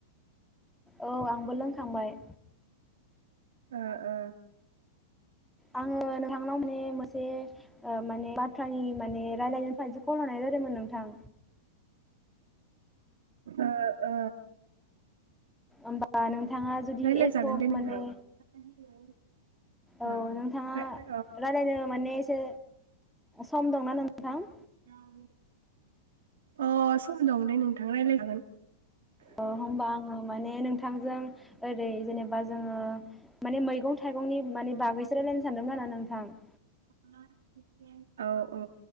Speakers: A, in the centre; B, on the right (about 85°).
A: औ आं बो लोंखांबाय।
B: ओ ओ
A: आंङो नोंथांनाव माने मोनसे ओ माने बाथ्रानि माने रायलायनाय निफ्रायसो कल हरनाय जादोंमोन नोंथां।
B: ओ ओ
A: ओमबा नों थांङा जुदि
B: रायलायजागोन
A: एख'
B: दे नोंथां
A: माने
B: ओ
A: औ
B: ओमफ्राय
A: नोंथाङा रायलायनो माने एसे सम दंना नोंथां?
B: उनाव अ सम दं दे नोंथां रायलायजागोन।
A: अ होमबा आङो माने नोंथांजों ओरै जेनेबा जोङो माने मैगं थाइगंनि माने बागैसो रायलायनो सानदोंमोन आरो नोंथां।
B: औ औ